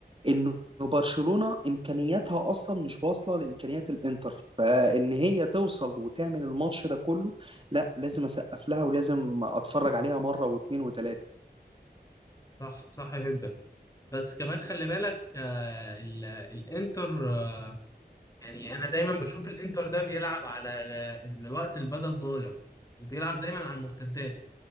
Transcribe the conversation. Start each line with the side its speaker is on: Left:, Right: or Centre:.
Right: انه برشلونة امكانياتها اصلا مش واصلة لامكانيات الانتر فان هي توصل وتعمل الماتش ده كله لا لازم اسقف لها ولازم اتفرج عليها مرة واثنين وثلاثة
Left: صح صح جدا بس كمان خلي بالك آه ال... الانتر آه، يعني انا دايما بشوف الانتر ده بيلعب على ال- الوقت البدل ضايع بيلعب دايما على المرتدات